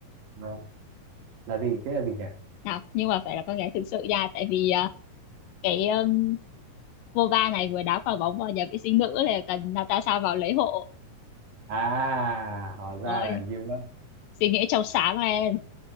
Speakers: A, on the right (about 80°); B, on the left (about 80°).
A: Ờ, là gì thế là gì nhỉ
B: Nào, nhưng mà phải là con gái thực sự nha. Tại vì ờ, cái um, Vova này vừa đá quả bóng vào nhà vệ sinh nữ là cần Natasha vào lấy hộ.
A: à hóa ra
B: Rồi,
A: là như vậy
B: suy nghĩ trong sáng lên.